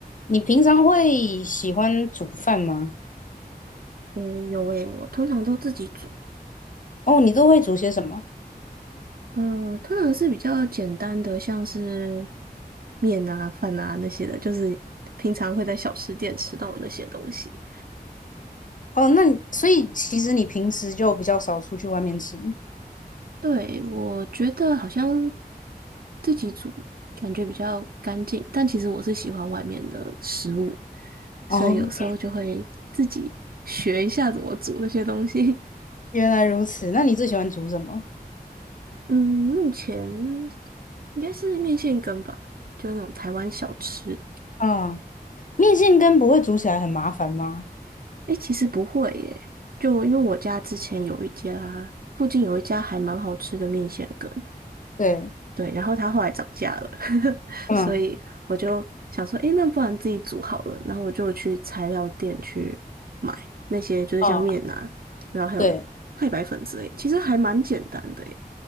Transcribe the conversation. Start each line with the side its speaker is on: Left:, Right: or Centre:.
Left: 你平常会喜欢煮饭吗？
Right: 嗯，有诶，我通常都自己煮，
Left: 哦，你都会煮些什么？
Right: 呃，通常是比较简单的，像是面啊、饭啊那些的，就是平常会在小吃店吃到的那些东西。
Left: 哦，那你所以其实你平时就比较少出去外面吃。
Right: 对，我觉得好像自己煮感觉比较干净，但其实我是喜欢外面的食物，所以有时候就会自己学一下怎么煮那些东西。
Left: 哦，原来如此，那你最喜欢煮什么？
Right: 嗯，目前应该是面线羹吧，就是那种台湾小吃。
Left: 嗯，面线羹不会煮起来很麻烦吗？
Right: 诶，其实不会耶，就因为我家之前有一家，附近有一家还蛮好吃的面线羹，
Left: 对，
Right: 对，然后它后来涨价了，<laughs>
Left: 嗯
Right: 所以我就想说，诶，那不然自己煮好了，然后我就去材料店去买那些就是像面啊，
Left: 嗯，
Right: 然后还有太白粉之类，
Left: 对，
Right: 其实还蛮简单的耶。